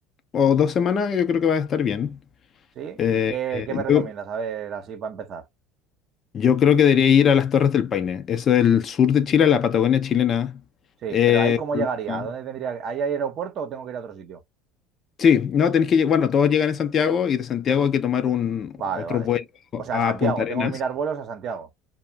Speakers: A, on the left; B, on the right.
A: o dos semanas, yo creo que va a estar bien.
B: <laughs> ¿sí?
A: Eh,
B: ¿Y qué,
A: eh,
B: qué me recomiendas?
A: yo-
B: A ver, así para empezar.
A: Yo creo que debería ir a las Torres del Paine. Eso es el sur de Chile, la Patagonia chilena.
B: Sí,
A: Eh,
B: pero ahí cómo llegaría,
A: ah,
B: ¿a dónde tendría que... ¿Ahí ¿Hay aeropuerto o tengo que ir a otro sitio?
A: sí, no, tenéis que llegar. Bueno, todos llegan en Santiago y de Santiago hay que tomar un
B: Vale,
A: otro
B: vale.
A: vuelo
B: O sea,
A: a
B: a Santiago,
A: Punta Arenas.
B: tengo que mirar vuelos a Santiago.